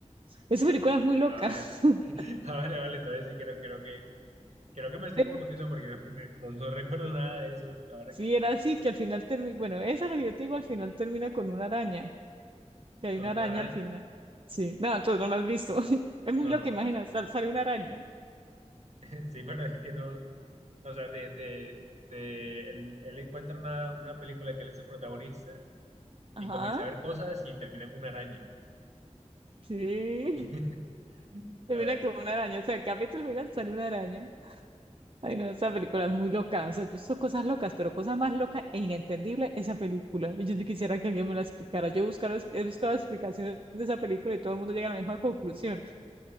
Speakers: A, on the right (about 45°); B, on the right (about 65°).
A: Esa película es muy loca.
B: Ah, vale, vale.
A: <laughs>
B: <laughs> ah, vale, vale, entonces sí, creo, creo que, creo que me estoy
A: Pero
B: confundiendo porque <laughs> me- no, no recuerdo nada de eso ahora
A: Sí,
B: que,
A: era
B: que-
A: así,
B: que-
A: que al final termina, bueno, esa es lo que yo te digo, al final termina con una araña, que hay
B: con
A: una araña
B: una araña.
A: al final. Sí, no, tú no la has visto. <laughs> Es muy
B: No,
A: loca
B: no, no,
A: que
B: no.
A: sal- sale una araña.
B: <laughs> Sí, pero es que no. O sea, de, de, de él, él encuentra una, una película que él es el protagonista
A: Ajá.
B: y comienza a ver cosas y termina en una araña.
A: Sí,
B: <laughs>
A: termina
B: A ver,
A: con una araña, o sea, el capítulo final sale una araña. Ay, no, esa película es muy loca. O sea, yo hizo cosas locas, pero cosa más loca e inentendible esa película. Y Yo sí quisiera que alguien me la explicara. Yo buscar, he buscado explicaciones de esa película y todo el mundo llega a la misma conclusión.